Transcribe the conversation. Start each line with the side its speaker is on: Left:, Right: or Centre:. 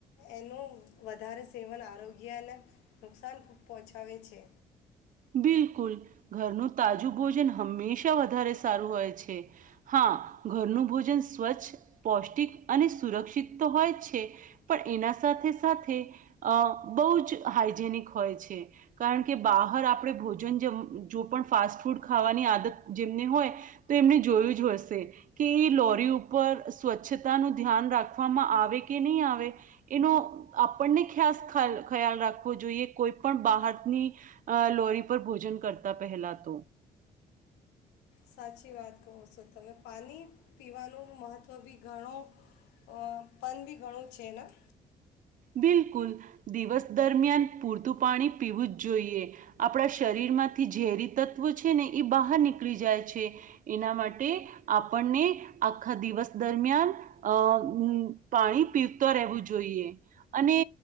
Left: એનું વધારે સેવન આરોગ્યને નુકસાન પહોંચાવે છે.
Right: બિલકુલ, ઘરનું તાજું ભોજન હંમેશા વધારે સારું હોય છે. હા, ઘરનું ભોજન સ્વચ્છ, પૌષ્ટિક અને સુરક્ષિત તો હોય જ છે, પણ એના સાથે સાથે અહ બહુ જ હાઈજેનિક હોય છે, કારણ કે બહાર આપ ડે ભોજન જો પણ ફાસ્ટ ફૂડ ખાવાની આદત જેમને હોય, તો એમને જોયું જ હશે કે એ લોરી ઉપર સ્વચ્છતાનું ધ્યાન રાખવામાં આવે કે નહીં આવે. એનો આપણને ખાસ ખયા ખ્યાલ રાખવો જોઈએ. કોઈ પણ બહારની અહ લોરી પર ભોજન કરતા પહેલા તો.
Left: સાચી વાત કહો છો તમે. પાણી પીવાનું મહત્ત્વ બી ઘણો અહ પણ બી ઘણું છે ના?
Right: બિલકુલ, દિવસ દરમિયાન પૂરતું પાણી પીવું જ જોઈએ. આપડા શરીરમાંથી ઝેરી તત્વો છે ને, એ બહાર નીકળી જાય છે. એના માટે આપણને આખા દિવસ દરમિયાન અહ અમ્મ પાણી પીવતો રહેવું જોઈએ. અને